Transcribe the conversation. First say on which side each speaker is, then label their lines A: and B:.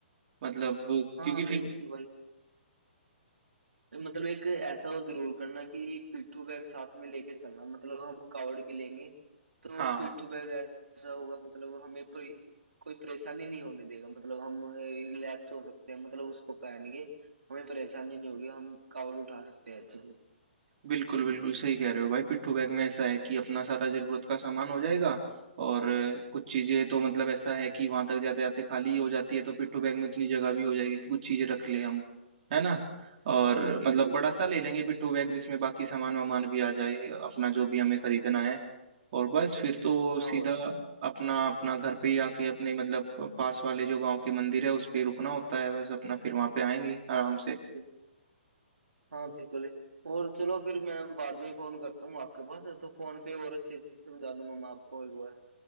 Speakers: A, on the right; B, on the right.
A: मतलब
B: हाँ
A: क्योंकि
B: बिल्कुल
A: फिर
B: भाई मतलब एक ऐसा वो जरूर करना कि पिट्ठू बैग साथ में लेके चलना मतलब हम कावड़ भी लेंगे तो
A: हाँ
B: पिट्ठू
A: हाँ
B: बैग ऐसा होगा मतलब हमें परे, कोई परेशानी नहीं होने देगा मतलब हम रिलैक्स हो सकते हैं मतलब उसको पहन के हमें परेशानी नहीं होगी हम कावड़ उठा सकते हैं अच्छे से
A: बिल्कुल बिल्कुल सही कह रहे हो भाई पिट्ठू बैग में ऐसा है कि अपना सारा जरूरत का सामान हो जाएगा और अ, कुछ चीजें तो मतलब ऐसा है कि वहां तक जाते जाते खाली ही हो जाती है तो पिट्ठू बैग में उतनी जगह भी हो जाएगी कि कुछ चीजें रख ले हम है ना और
B: बिल्कुल
A: मतलब बड़ा सा ले लेंगे पिट्ठू बैग जिसमें बाकी सामान वामान भी आ जाए अपना जो भी हमें खरीदना है और बस फिर तो
B: हाँ
A: सीधा
B: वो
A: अपना अपना घर पे ही आके अपने मतलब पास वाले जो गांव के मंदिर है उस पे रुकना होता है बस अपना फिर वहां पे आएंगे आराम से
B: ठीक। हाँ बिल्कुल और चलो फिर मैं बाद में फोन करता हूँ आपके पास तो फोन पे और अच्छे से समझा दूंगा मैं आपको एक बार